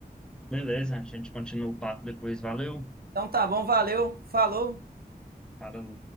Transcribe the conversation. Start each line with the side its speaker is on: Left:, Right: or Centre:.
Centre: Beleza, a gente continua o papo depois. Valeu.
Right: Então tá bom, valeu, falou.
Centre: Falou.